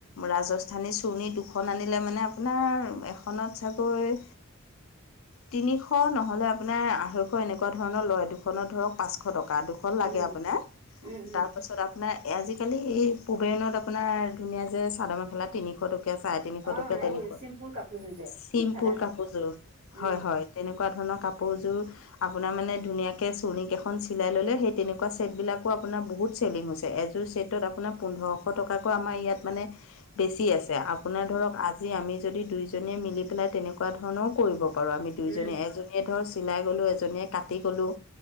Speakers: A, on the left; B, on the right.
A: ৰাজস্থানী চুৰ্ণী দুখন আনিলে মানে আপোনাৰ এখনত চাগৈ তিনিশ নহ'লে আপোনাৰ আঢ়ৈশ এনেকুৱা ধৰণৰ লয় দুখনত ধৰক পাঁচশ টকা। টকা, দুখন লাগে
B: উম
A: আপোনাৰ
B: উম
A: তাৰপাছত
B: উম
A: আপোনাৰ আজিকালি পুবেৰেনত আপোনাৰ ধুনীয়া যে চাদৰ -মেখেলা তিনিশ টকীয়া চাৰে- তিনিশটকীয়া
B: অঁ এই
A: তেনেকুৱা
B: চিম্পুল কাপোৰযোৰ যে
A: চিম্পুল
B: চাদা
A: কাপোৰযোৰ। হয়
B: উম
A: -হয় তেনেকুৱা ধৰণৰ কাপোৰ কাপোৰযোৰ আপোনাৰ মানে ধুনীয়াকে চুৰ্ণীকেইখন চিলাই ল'লে সেই তেনেকুৱা চেত বিলাকো আপোনাৰ বহুত চেল ছেলিং হৈছে, এযোৰ চেটত আপোনাৰ পোন্ধৰশ টকাকৈ আমাৰ ইয়াত মানে বেছি আছে। আপোনাৰ
B: উম
A: ধৰক আজি আমি যদি দুইজনীয়ে মিলি পেলাই তেনেকুৱা ধৰণৰও কৰিব হয় আমি দুইজনীয়ে
B: উম
A: এজনীয়ে ধৰ চিলাই গ'লোঁ এজনীয়ে কাটি গ'লোঁ